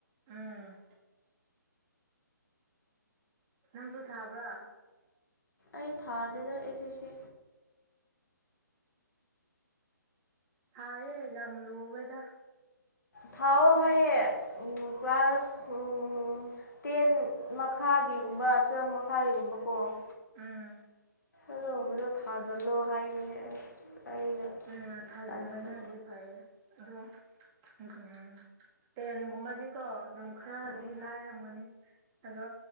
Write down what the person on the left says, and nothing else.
ꯑꯩ ꯊꯥꯗꯦꯗ ꯑꯦꯁ ꯑꯦꯁ ꯁꯤ
ꯊꯥꯎꯑꯣ ꯍꯥꯏꯌꯦ ꯀ꯭ꯂꯥꯁ ꯎꯝ ꯇꯦꯟ ꯃꯈꯥꯒꯤ ꯒꯨꯝꯕ ꯇꯨꯋꯦꯜꯕ ꯃꯈꯥꯒꯤ ꯒꯨꯝꯕ ꯥꯀꯣ
ꯑꯗꯨꯒꯨꯝꯕꯗꯣ ꯊꯥꯖꯤꯜꯂꯣ ꯍꯥꯏꯕꯅꯦ ꯑꯁ ꯑꯩꯅ
ꯇꯟꯕ
ꯎꯝ